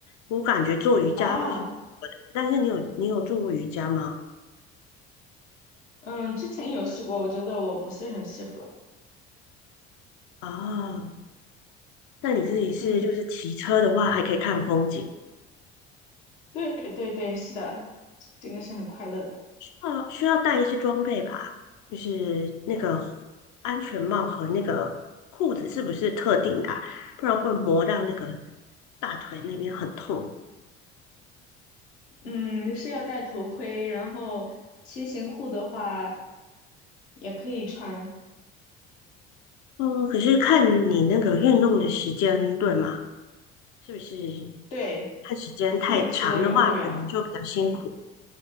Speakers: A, on the left; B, on the left.
A: 我感觉做瑜伽会是不错的，
B: 啊？
A: 但是你有你有做过瑜伽吗？
B: 嗯，之前有试过，我觉得我不是很适合。
A: 啊，那你自己是就是骑车的话，
B: 嗯，
A: 还可以看风景。
B: 对对对，是的，这个是很快乐的。
A: 哦，需要带一些装备吧，就是那个安全帽和那个裤子是不是特定的啊不然会磨到那个大腿那边很痛。
B: 嗯，是要戴头盔，然后骑行裤的话也可以穿。
A: 嗯，可是看你那个运动的时间对吗？是不是
B: 对，
A: 看时间太长的话，
B: 看你骑的远不远。
A: 可能就比较辛苦
B: 嗯，